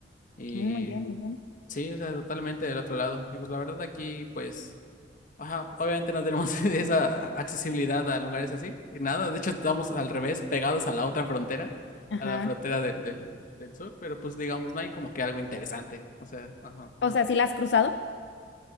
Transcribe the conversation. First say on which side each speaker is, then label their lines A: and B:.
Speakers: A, on the left; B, on the left.
A: Y
B: Mm, Muy bien, muy bien.
A: sí, o sea, totalmente del otro lado. Y pues la verdad aquí, pues. Ajá, obviamente no tenemos <laughs> esa accesibilidad a lugares así, y nada, de hecho estamos al revés, pegados a la otra frontera,
B: Ajá.
A: a la frontera del, del, del sur, pero pues digamos, no hay como que algo interesante, o sea, ajá.
B: O sea, ¿sí la has cruzado?